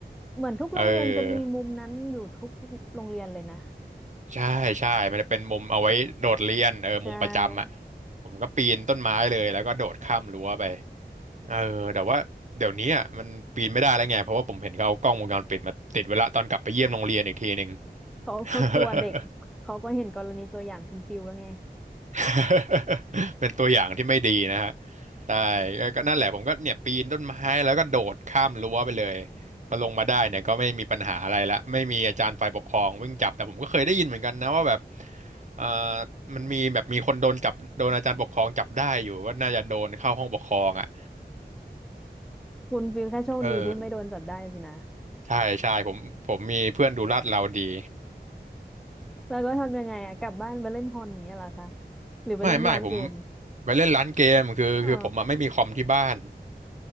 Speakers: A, in the centre; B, on the right (about 45°).
A: เหมือนทุกโรงเรียนจะมีมุมนั้นอยู่ทุกโรงเรียนเลยนะ
B: เออใช่ใช่มันจะเป็นมุมเอาไว้โดดเรียนเออมุมประจำอ่ะ
A: ใช่
B: ผมก็ปีนต้นไม้เลยแล้วก็โดดข้ามรั้วไปเออแต่ว่าเดี๋ยวนี้อ่ะมันปีนไม่ได้แล้วไงเพราะว่าผมเห็นเขาเอากล้องวงจรปิดมาติดไว้ละตอนกลับไปเยี่ยมโรงเรียนอีกทีหนึ่ง
A: เขาเขากลัวเด็กเขาก็เห็นกรณีตัวอย่างคุณฟิลแล้วไง
B: <laughs> <laughs> เป็นตัวอย่างที่ไม่ดีนะฮะใช่ก็นั่นแหละผมก็เนี่ยปีนต้นไม้แล้วก็โดดข้ามรั้วไปเลยพอลงมาได้เนี่ยก็ไม่มีปัญหาอะไรละไม่มีอาจารย์ฝ่ายปกครองวิ่งจับแต่ผมก็เคยได้ยินเหมือนกันนะว่าแบบเอ่อมันมีแบบมีคนโดนจับโดนอาจารย์ปกครองจับได้อยู่ก็น่าจะโดนเข้าห้องปกครองอ่ะ
A: คุณฟิลแค่โชคดีที่ไม่โดนจับได้สินะ
B: เออใช่ใช่ผมผมมีเพื่อนดูลาดเราดี
A: แล้วก็ทำยังไงอะกลับบ้านไปเล่นฮอนอย่างเงี้ยเหรอคะหรือไปเล่นที่ร้านเกม
B: ไม่ไม่ผมไปเล่นร้านเกมคือคือผมอ่ะไม่มีคอมที่บ้าน
A: อ๋อ